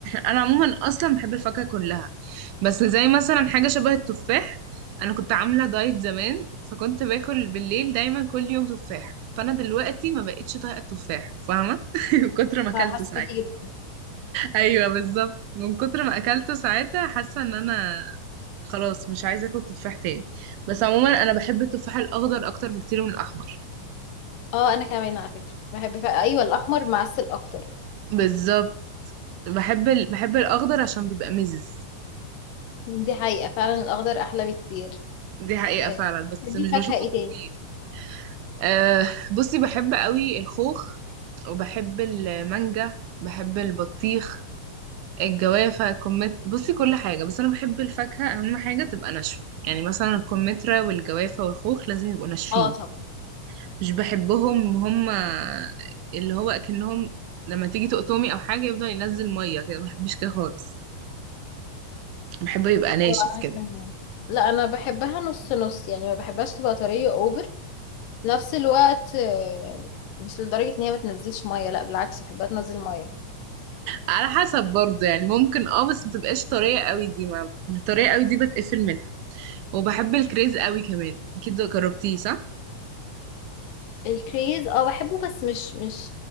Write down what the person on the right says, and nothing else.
انا عموما اصلا بحب الفاكهه كلها بس زي مثلا حاجه شبه التفاح انا كنت عامله دايت زمان فكنت باكل بالليل دايما كل يوم تفاح فانا دلوقتي ما بقتش طايقه التفاح فاهمه <laughs> من كتر ما اكلته
ساعتها
ايوه بالظبط من كتر ما اكلته ساعتها حاسه ان انا خلاص مش عايزه اكل تفاح تاني بس عموما انا بحب التفاح الاخضر اكتر بكتير من الاحمر
بالظبط بحب ال... بحب الاخضر عشان بيبقى مزز
دي حقيقه
فعلا بس
مش بشوفه
كتير
أه بصي بحب قوي الخوخ وبحب المانجا بحب البطيخ الجوافة الكمت بصي كل حاجة بس أنا بحب الفاكهة أهم حاجة تبقى ناشفة يعني مثلا الكمثرى والجوافة والخوخ لازم يبقوا ناشفين
مش بحبهم هم اللي هو اكنهم لما تيجي تقطمي او حاجه يفضل ينزل ميه كده ما بحبش كده خالص بحبه يبقى ناشف
كده
على حسب برضه يعني ممكن اه بس ما تبقاش طريه قوي دي ما الطريه قوي دي بتقفل منها وبحب الكريز قوي كمان اكيد جربتيه صح